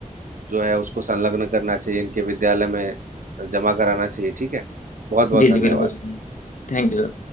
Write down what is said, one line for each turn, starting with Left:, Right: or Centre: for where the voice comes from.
Right: जो है उसको संलग्न करना चाहिए इनके विद्यालय में जमा कराना चाहिए ठीक है बहुत बहुत
Left: जी
Right: धन्यवाद
Left: जी बिल्कुल Thank you